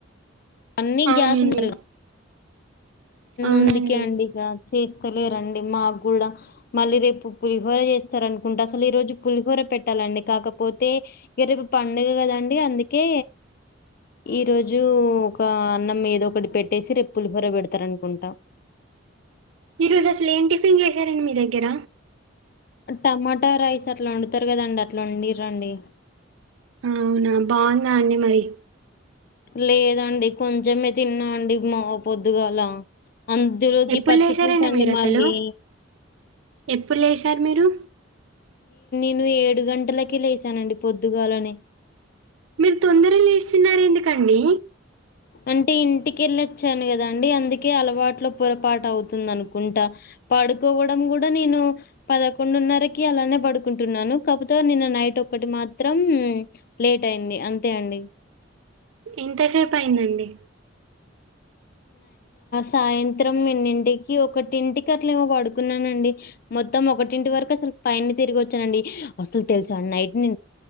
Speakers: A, on the left (about 50°); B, on the right (about 80°).
A: అన్నీ
B: అవునండి.
A: గ్యాస్ ఉంటారు
B: అవునండి.
A: అందుకే అండి ఇగ లేరండి మా కూడా మళ్ళీ రేపు పులిహోర చేస్తార అనుకుంటే అసలు ఈ రోజు పులిహోర పెట్టాలి అండి కాకపోతే ఇక రేపు పండుగ కదండి అందుకే ఈ రోజు ఒక అన్నం ఏదో ఒకటి పెట్టేసి రే పులిహోర పెడతారు అనుకుంటాం
B: ఈ రోజు అసలు ఏం టిఫిన్ చేసారండి మీ దగ్గర
A: టమాటా రైస్ అట్లా వండుతారు కదండి అట్లా వండి రండి
B: అవునా బాగుందా అండి మరి
A: లేదండి కొంచమే తిన్నా అండి మా పొద్దుగాలా అందులోకి
B: ఎప్పుడు
A: పచ్చి
B: లేసారండి
A: పూలుసు అండి
B: మీరసలు?
A: మళ్ళీ
B: ఎప్పుడు లేసారు మీరు
A: నే ఏడు గంటలక లేసానండి పొద్దుగాలనే
B: మీరు తొందగా లేస్తున్నారు ఎందుకండి
A: అంటే ఇంటిక వెళ్ళొచ్చాను కదా అండి అందుకే అలవాట్లో పొరపాటు అవుతుంది అనుకుంటా పడుకోవడం కూడా నేను పదకొండున్నరకి అలానే పడుకుంటున్నాను కాకపోతే నిన్న నైట్ ఒకటి మాత్రం లేట్ అయింది అంతే అండి
B: ఎంతసేపు అయిందండి
A: సాయంత్రం ఎన్నింటికీ ఒకటింటికి అట్లామో పడుకున్నానండి మొత్తం ఒకటింటి వరకు అస పని తిరిగి వచ్చానండి అసలు తెలుసాం నైట్ నే